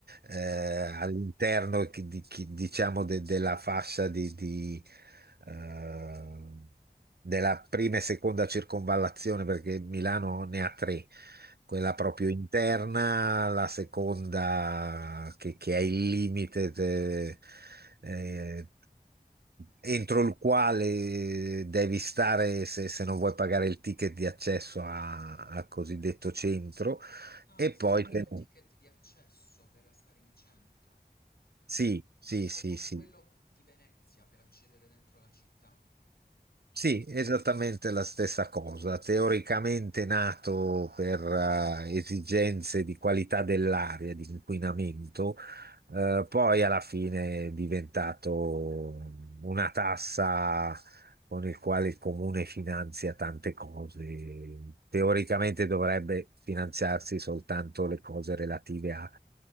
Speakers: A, on the right (about 70°); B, on the left (about 65°).
A: eh, all'interno chi- di- chi- diciamo de- della fascia di, di, eh, della prima e seconda circonvallazione, perché Milano ne ha tre quella
B: Mm.
A: proprio interna, la seconda che, che è il limite te- eh, entro il quale devi stare se, se non vuoi pagare il ticket di accesso a- al cosiddetto centro.
B: Ah,
A: E
B: si
A: poi,
B: paga
A: te-
B: un ticket di accesso per stare in centro,
A: sì, sì,
B: tipo
A: sì,
B: come
A: sì.
B: quello di Venezia per accedere dentro la città.
A: Sì, esattamente la stessa cosa. Teoricamente nato per eh, esigenze di qualità dell'aria, di inquinamento, eh, poi alla fine è diventato una tassa con il quale il comune finanzia tante cose. Teoricamente dovrebbe finanziarsi soltanto le cose relative al